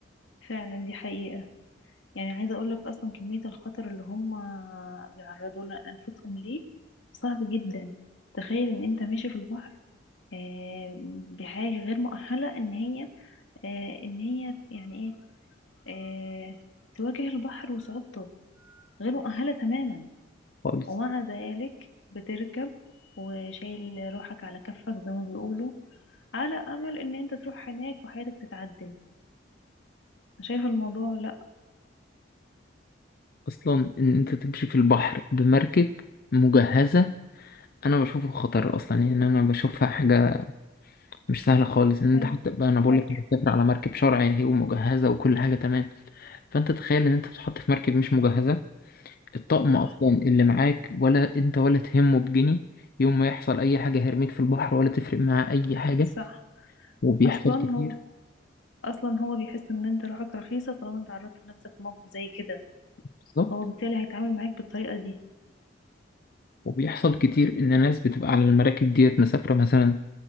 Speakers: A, on the left; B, on the left.
A: فعلا دي حقيقة يعني عايزة اقول لك اصلا كمية الخطر اللي هم بيعرضوا لانفسهم ليه صعب جدا تخيل ان انت ماشي في البحر آه، بحاجة غير مؤهلة ان هي آه، ان هي يعني ايه آه، تواجه البحر وصعوبته غير مؤهلة تماما
B: خالص
A: ومع ذلك بتركب وشايل روحك على كفك زي ما بيقولوا على امل ان انت تروح هناك وحياتك تتعدل شايف الموضوع لا
B: اصلا ان انت تمشي في البحر بمركب مجهزه انا بشوفه خطر اصلا يعني انا بشوفها حاجه مش سهله خالص ان
A: فعلا
B: انت حتى بقى انا بقول
A: خطر
B: لك انت بتسافر على مركب شرعي اهي ومجهزه وكل حاجه تمام فانت تخيل ان انت بتتحط في مركب مش مجهزه الطقم
A: صح
B: اصلا اللي معاك ولا انت ولا تهمه بجنيه يوم ما يحصل اي حاجه هيرميك في البحر ولا تفرق معاه اي حاجه
A: صح
B: وبيحصل
A: اصلا
B: كتير
A: هو اصلا هو بيحس ان انت روحك رخيصة طالما انت عرضت نفسك لموقف زي كده
B: بالظبط
A: فهو بالتالي هيتعامل معاك بالطريقة دي
B: وبيحصل كتير ان ناس بتبقى على المراكب ديت مسافره مثلا